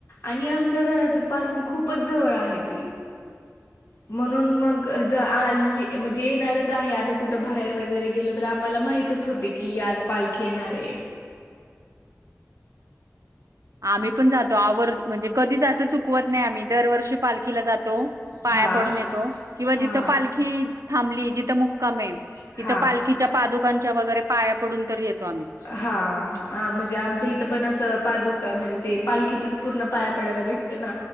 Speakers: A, on the left; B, on the right.
A: आणि आमच्या घराच पासून खूपच जवळ आहे ते म्हणून मग ज आ म्हणजे येणारच आहे आम्ही कुठ बाहेर वगैरे गेलो तर आम्हाला माहि तच होते की आज पालखी येणारे
B: आम्ही पण जातो आवर् म्हणजे कधीच असं चुकवत नाही आम्ही दरवर्षी पालखीला जातो पाया
A: हा
B: पडून येतो किंवा
A: हा
B: जिथं पालखी थांबली जिथं मुक्कामये
A: हा
B: तिथं पालखीच्या पादुकांच्या वगैरे पाया पडून तर येतो आम्ही
A: हा म्हणजे आमच्या इथं पण असं पादुका म्हणजे ते पालखीचच पूर्ण पाया पडायला भेटतं ना